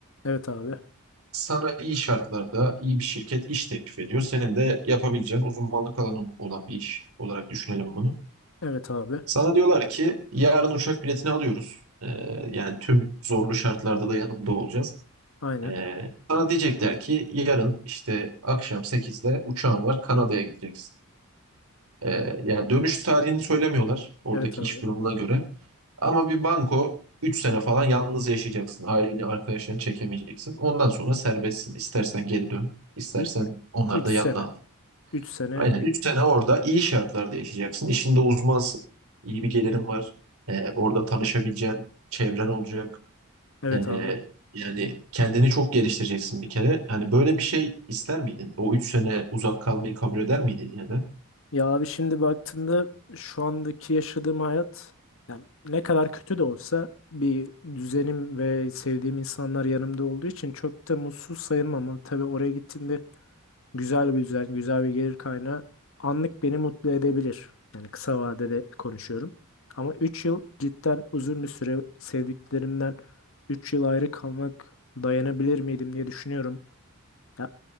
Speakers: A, on the left; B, on the right.
A: Evet abi.
B: Sana iyi şartlarda iyi bir şirket iş teklif ediyor. Senin de yapabileceğin uzmanlık alanı olan bir iş olarak düşünelim bunu.
A: Evet abi.
B: Sana diyorlar ki yarın uçak biletini alıyoruz. Ee, yani tüm zorlu şartlarda da yanımda olacağız.
A: Aynen.
B: Ee, sana diyecekler ki yarın işte akşam sekizde uçağın var Kanada'ya gideceksin. Ee, yani dönüş tarihini söylemiyorlar oradaki
A: Evet abi.
B: iş durumuna göre. Ama bir banko 3 sene falan yalnız yaşayacaksın. Aileni, arkadaşlarını çekemeyeceksin. Ondan sonra serbestsin. İstersen geri dön, istersen
A: 3
B: onları
A: 3
B: da
A: sene.
B: yanına al.
A: 3 sene
B: Aynen
A: büyük.
B: 3 sene orada iyi şartlarda yaşayacaksın. İşinde uzmansın. İyi bir gelirin var. Ee, orada tanışabileceğin çevren olacak.
A: Evet
B: Ee,
A: abi.
B: yani kendini çok geliştireceksin bir kere. Hani böyle bir şey ister miydin? O 3 sene uzak kalmayı kabul eder miydin yine de?
A: Ya abi şimdi baktığında şu andaki yaşadığım hayat yani ne kadar kötü de olsa bir düzenim ve sevdiğim insanlar yanımda olduğu için çok da mutsuz sayılmam ama tabii oraya gittiğimde güzel bir düzen, güzel bir gelir kaynağı anlık beni mutlu edebilir. Yani kısa vadede konuşuyorum. Ama 3 yıl cidden uzun bir süre sevdiklerimden 3 yıl ayrı kalmak dayanabilir miydim diye düşünüyorum. Ya